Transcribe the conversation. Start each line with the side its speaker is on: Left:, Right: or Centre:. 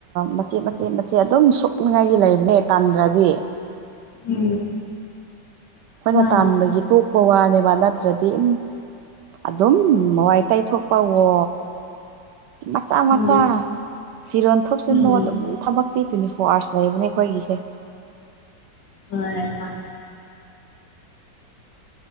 Right: ꯃꯆꯦꯠ ꯃꯆꯦꯠ ꯃꯆꯦꯠ ꯑꯗꯨꯝ ꯁꯣꯛꯅꯤꯡꯉꯥꯏꯗꯤ ꯂꯩꯕꯅꯦ ꯇꯟꯗ꯭ꯔꯗꯤ
Left: ꯎꯝ
Right: ꯑꯩꯈꯣꯏꯅ
Left: ꯃꯥꯅꯦ
Right: ꯇꯥꯟꯕꯒꯤ ꯇꯣꯛꯄ ꯋꯥꯅꯦꯕ ꯅꯠꯇ꯭ꯔꯗꯤ ꯎꯝ ꯑꯗꯨꯝ ꯃꯋꯥꯏ ꯇꯥꯏꯊꯣꯛꯄꯋ ꯃꯆꯥ ꯃꯆꯥ
Left: ꯎꯝ
Right: ꯐꯤꯔꯣ ꯊꯣꯛꯆꯤꯟꯕ
Left: ꯎꯝ
Right: ꯑꯗꯨꯝ ꯊꯕꯛ ꯐꯥꯇꯤ ꯇ꯭ꯦꯟꯇꯤ ꯐꯣꯔ ꯑꯥꯔꯁ ꯂꯩꯕꯅꯦꯈꯒꯤꯁꯦ
Left: ꯍꯣꯏ ꯍꯣꯏ